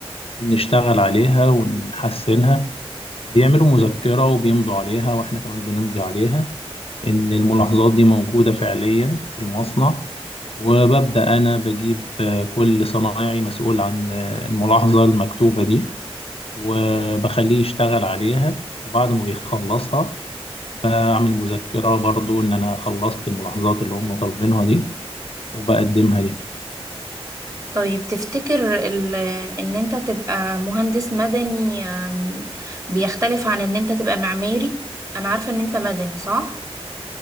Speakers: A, on the left (about 65°); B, on the right (about 30°).
A: نشتغل عليها ونحسنها بيعملوا مذكرة وبيمضوا عليها واحنا كمان بنمضي عليها ان الملاحظات دي موجودة فعليا في المصنع وببدأ أنا بجيب آه، كل صنايعي مسؤول عن آه، الملاحظة المكتوبة دي وبخليه يشتغل عليها وبعد ما بيخلصها بعمل مذكرة برضو إن أنا خلصت الملاحظات اللي هم طالبينها دي وبقدمها ليهم
B: طيب تفتكر ال- ان انت تبقى مهندس مدني أم، بيختلف عن ان انت تبقى معماري انا عارفة ان انت مدني صح